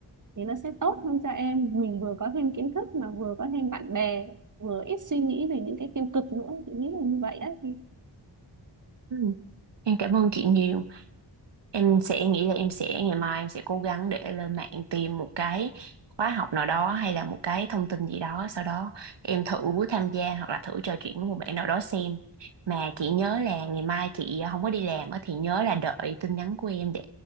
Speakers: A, on the right; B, on the right.
A: thì nó sẽ tốt hơn cho em mình vừa có thêm kiến thức mà vừa có thêm bạn bè vừa ít suy nghĩ về những cái tiêu cực nữa chị nghĩ là như vậy á thì
B: Ừm, em cảm ơn chị nhiều Em sẽ nghĩ là em sẽ ngày mai em sẽ cố gắng để lên mạng tìm một cái khóa học nào đó hay là một cái thông tin gì đó sau đó em thử tham gia hoặc là thử trò chuyện với một bạn nào đó xem mà chị nhớ là ngày mai chị không có đi làm á thì nhớ là đợi tin nhắn của em để